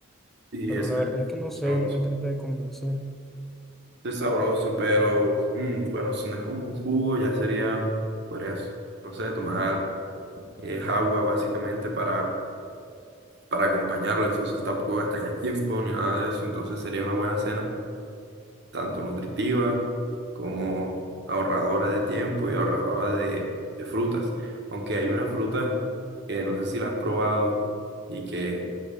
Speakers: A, on the right; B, in the centre.
A: Y
B: pero
A: ese
B: la verdad es que
A: es
B: no sé,
A: sabroso.
B: no me trata de convencer.
A: Es sabroso, pero mm, bueno, si no es como un jugo, ya sería, podrías, no sé, tomar eh, agua básicamente para, para acompañarlo. Entonces tampoco gastaría tiempo ni nada de eso. Entonces sería una buena cena. tanto nutritiva como ahorradora de tiempo y ahorradora de, de frutas. Aunque hay una fruta que no sé si la has probado y que